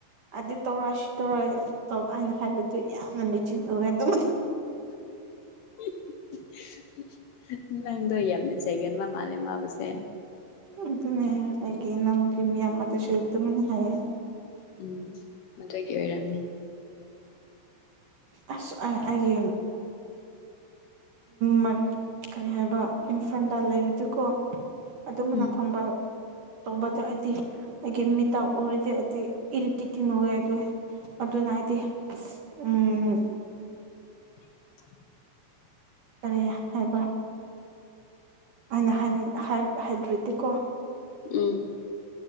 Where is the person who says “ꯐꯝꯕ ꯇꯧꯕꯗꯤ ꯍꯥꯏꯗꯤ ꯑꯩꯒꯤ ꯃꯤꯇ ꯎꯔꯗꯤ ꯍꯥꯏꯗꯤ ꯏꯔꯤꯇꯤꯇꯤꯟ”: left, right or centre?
Right